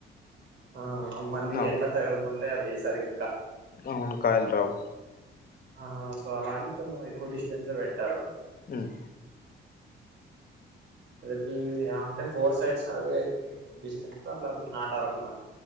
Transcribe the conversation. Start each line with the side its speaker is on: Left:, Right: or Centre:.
Right: ఆ ఆ మళ్ళీ
Left: అవును.
Right: ఎండ తగలకుంటే అవి సరిగ
Left: అవును కాయలు రావు
Right: ఆ అలా అని కొంచం ఎక్కువ డిష్ టెన్స్ పెట్టారు
Left: ఉమ్
Right: ప్రతి అంటే ఫోర్ సైడ్స్ అదే డిస్టెన్స్ తో అట్లా నాటారనమాట